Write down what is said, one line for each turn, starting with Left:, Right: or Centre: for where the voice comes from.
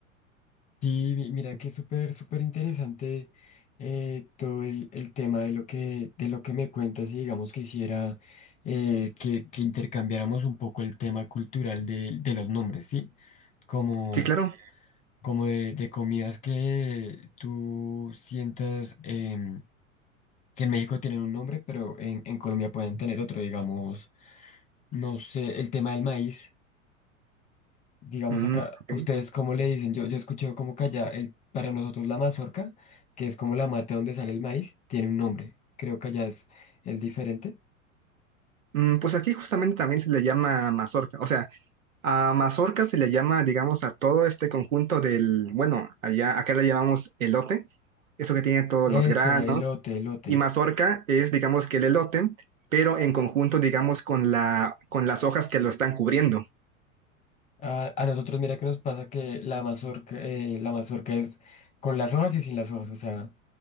Left: Sí, mi- mira que es súper, súper interesante eh, todo el, el tema de lo que, de lo que me cuentas y digamos quisiera eh, que, que intercambiáramos un poco el tema cultural de, de los nombres, ¿sí? Como,
Right: Sí, claro.
Left: como de, de comidas que tú sientas em, que en México tienen un nombre, pero en, en Colombia pueden tener otro, digamos, no sé, el tema del maíz. digamos
Right: Mm,
Left: acá,
Right: ok.
Left: ¿ustedes cómo le dicen? Yo, yo escuché como que allá, el, para nosotros la mazorca, que es como la mata donde sale el maíz, tiene un nombre. Creo que allá es, es diferente.
Right: Mm, pues aquí justamente también se le llama mazorca. O sea, A mazorca se le llama, digamos, a todo este conjunto del, bueno, allá, acá le llamamos elote, eso que tiene todos
Left: Eso,
Right: los granos,
Left: elote, elote.
Right: y mazorca es, digamos, que el elote, pero en conjunto, digamos, con la, con las hojas que lo están cubriendo.
Left: A, a nosotros mira que nos pasa que la mazorca, eh, la mazorca es con las hojas y sin las hojas. O sea,